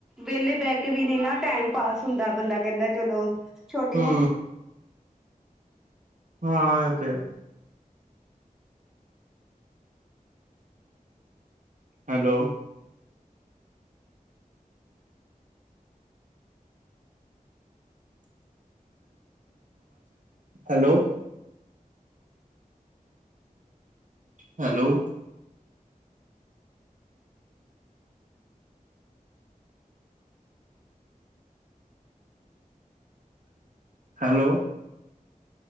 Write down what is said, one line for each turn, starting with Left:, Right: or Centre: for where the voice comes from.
Centre: ਵਿਹਲੇ ਬਹਿ ਕੇ ਵੀ ਨੀ ਨਾ ਟਾਈਮ ਪਾਸ ਹੁੰਦਾ ਬੰਦਾ ਕਹਿੰਦਾ ਚਲੋ ਛੋਟੀ
Right: ਹੂੰ,
Centre: ਮੋਟੀ
Right: ਹਾਂ ਇਹ ਤੇ ਹੈ। ਹੈਲੋ, ਹੈਲੋ, ਹੈਲੋ, ਹੈਲੋ,